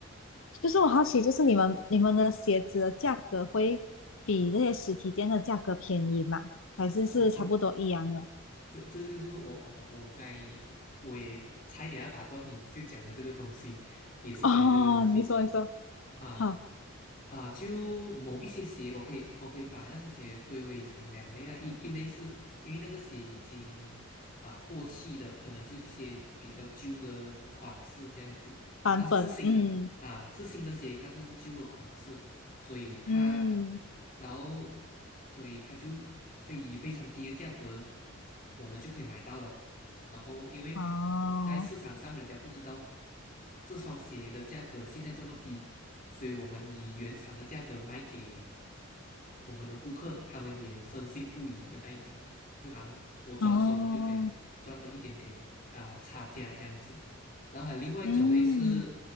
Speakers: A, on the left; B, on the left.
A: 就是我好奇就是你们你们的鞋子的价格会比这些实体店的价格便宜吗？还是是差不多一样的？
B: 哦，你这这就是我我我该我也差一点要打断你就讲的这个东西，也是关于这个东西
A: <laughs> 哦，你说你说，
B: 啊
A: 好，
B: 啊，就某一些鞋，我可以我可以把那些鞋归为成两类啊，一一类是因为那个鞋已经啊过气的，可能就一些比较旧的款式这样子，
A: 版本，
B: 但是是新的啊，
A: 嗯
B: 是新的鞋，但是是旧的款式。所以他，
A: 嗯，
B: 然后，所以他就可以以非常低的价格，我们就可以买到了。然后，因为
A: 哦
B: 在市场上人家不知道这双鞋的价格现在这么低，所以我们以原厂的价格卖给我们的顾客，他们也深信不疑的那一种，就好像我转手我就可以赚了一点点啊、
A: 哦。
B: 差价这样子。然后还有另外一种类是。
A: 嗯，